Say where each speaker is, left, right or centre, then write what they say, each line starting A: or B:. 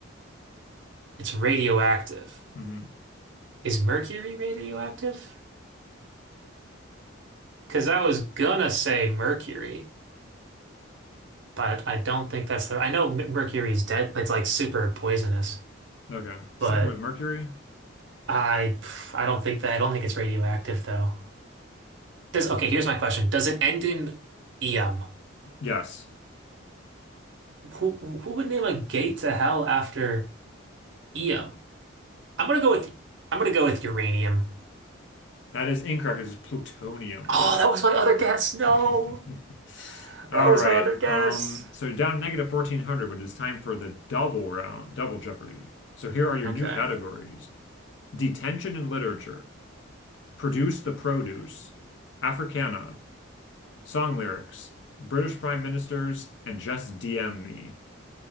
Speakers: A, on the right (about 60°); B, on the left (about 60°).
A: It's radioactive.
B: hmm
A: Is mercury radioactive? Because I was gonna say mercury, but I don't think that's the. I know m- mercury is dead. It's like super poisonous,
B: Okay. Sticking
A: but.
B: with mercury?
A: I I don't think that I don't think it's radioactive though. Does okay, here's my question. Does it end in Eum?
B: Yes.
A: Who who would name a gate to hell after Eum? I'm gonna go with I'm gonna go with uranium.
B: That is incorrect. It's plutonium.
A: Oh, that was my other guess. No,
B: <laughs> All
A: that was
B: right.
A: my other guess.
B: Um, so down to negative 1400 when it is time for the double round, double Jeopardy. So here are your
A: Okay.
B: new categories. Detention and literature. Produce the produce. Africana. Song lyrics, British Prime Ministers, and just DM me.